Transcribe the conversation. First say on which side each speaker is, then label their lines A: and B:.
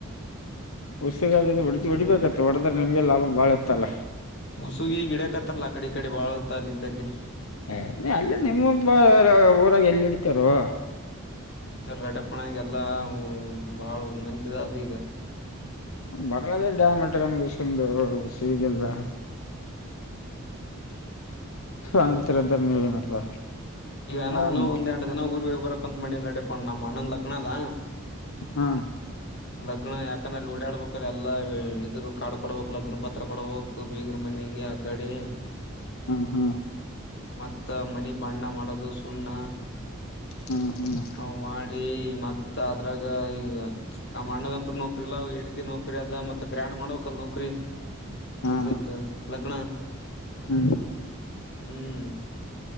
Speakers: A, on the left; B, on the left.
A: ಉಸ್ಸಗ ಅದಿದ ಹೊಡಿ ಹೊಡಿಬೇಕತ್ತ ಹೊಡ್ರೆ ನಿಮ್ಗೆ ಲಾಭ ಬಾಳ ಇತ್ತಲ್ಲ
B: ಉಸುಗಿ ಗಿಡಕತ್ತಾರಲ್ಲ ಆ ಕಡೆ ಈ ಕಡೆ ಬಾಳುತ್ತ ಅಲ್ಲೆ ಇದ್ದಲ್ಲಿ
A: ಎ ನಿ ಅಲ್ಲೆ ನಿಮ್ಮೊಬ್ಬರ ಊರಾಗ ಎಲ್ಲಿಡ್ತಾರೊ.
B: ಇಡಿತರ ರಡಪ್ಪಣ್ಣ ಈಗೆಲ್ಲಾ ಊ ಊ ಬಾಳ ಮಂದಿ ಅದ ಈಗ.
A: ಬಗಲಾಗ ಡ್ಯಾಮ ಇಟ್ಕೊಂಡು ಇಶ್ಟೊಂದು ಸಿ ಗಲ್ದ
B: ಹ್ಮ್
A: ಅಂಜತಿರೆಂದ್ರ ನೀವೇನಪ್ಪಾ.
B: ಈಗ
A: ಹೌದ
B: ನಾನು ಒಂದೆಂಡ ದಿನ ಊರ್ಗ ಹೋಗ್ ಬರಕ್ಕಂತ ಮಾಡಿನ್ ನಡಿಪಣ್ಣ ನಮ್ಮ ಅಣ್ಣಂದ್ ಲಗ್ನದ.
A: ಹಾ
B: ಲಗ್ನ ಯಾಕಂದ ಅಲ್ಲಿ ಓಡಾಡ್ಬೇಕಲ್ಲ ಎಲ್ಲ ಇದರು ಕಾರ್ಡ್ ಕೊಡ್ಬೇಕ್, ಲಗ್ನ ಪತ್ರ ಕೊಡ್ಬೇಕ್, ಬೀಗ್ರ ಮ ನೀಲಿ ಆ ಕಡೆ
A: ಹಾ ಹಾ
B: ಮತ್ತ ಮನಿ ಬಣ್ಣ ಮಾಡ ದು ಸುಣ್ಣ
A: ಹಾ ಹಾ
B: ಹ ಮಾಡಿ ಮತ್ತ ಅದ್ರಾಗ ಈಗ ನಮ್ ಅಣ್ಣಗಂತು ನೌಕ್ರಿ ಇಲ್ಲ, ಅವ ಏಡ್ತೀಗ್ ನೌಕ್ರಿ ಅದ ಮತ್ತ ಗ್ರ್ಯಾಂಡ್ ಮಾಡ್ಬೇಕಲ್ ನೌ ಕ್ರಿ
A: ಹಾ
B: ಇದರ್ದು ಲಗ್ನ
A: ಹ್ಮ್
B: ಹ್ಮ್